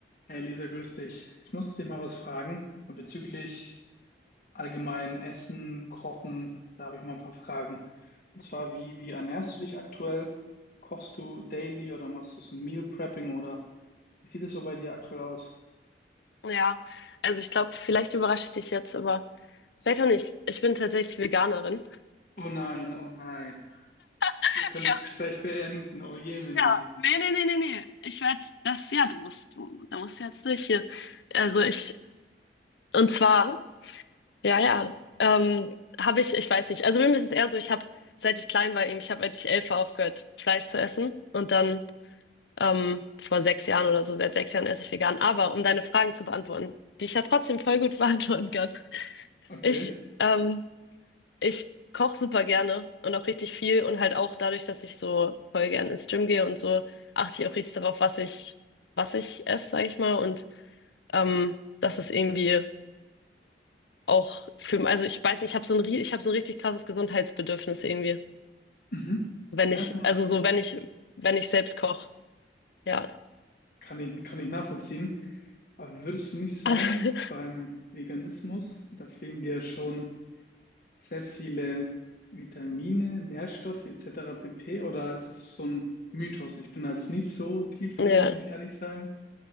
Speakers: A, on the left (about 50°); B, on the left (about 75°).
A: Hey Lisa, grüß dich. Ich muss dich mal was fragen äh, bezüglich allgemein Essen, Kochen. Da habe ich mal ein paar Fragen. Und zwar, wie, wie ernährst du dich aktuell? Kochst du daily oder machst du so Meal Prepping oder wie sieht es so bei dir aktuell aus?
B: Ja, also ich glaube, vielleicht überrasche ich dich jetzt, aber vielleicht auch nicht. Ich bin tatsächlich Veganerin.
A: Oh nein, oh nein.
B: <laughs>
A: Wir können das
B: Ja,
A: Gespräch beenden. Oh Jemine.
B: ja. Nee, nee, nee, nee, nee. Ich werde das, ja, du musst, du, da musst du jetzt durch hier. Also ich, und zwar, ja, ja, ähm, habe ich, ich weiß nicht. Also bei mir ist es eher so, ich habe, seit ich klein war, eben, ich habe, als ich elf war, aufgehört, Fleisch zu essen. Und dann, ähm, vor sechs Jahren oder so, seit sechs Jahren esse ich vegan. Aber um deine Fragen zu beantworten, die ich ja trotzdem voll gut <laughs> beantworten kann.
A: Okay.
B: Ich, ähm, Ich koche super gerne und auch richtig viel und halt auch dadurch, dass ich so voll gerne ins Gym gehe und so, achte ich auch richtig darauf, was ich, was ich esse, sag ich mal. Und ähm, das ist irgendwie auch für, also ich weiß nicht, ich habe so ein, rie- ich habe so ein richtig krasses Gesundheitsbedürfnis irgendwie,
A: Mhm.
B: wenn
A: Na,
B: ich,
A: Erstmal
B: also so wenn ich, wenn ich selbst koche, ja.
A: kann ich, kann ich nachvollziehen. Aber würdest du nicht sagen,
B: Also,
A: beim Veganismus, da fehlen dir schon sehr viele Vitamine, Nährstoffe etc. pp. Oder ist es so ein Mythos? Ich bin da jetzt nicht so tief drin,
B: <laughs>
A: muss ich
B: ja,
A: ehrlich sagen.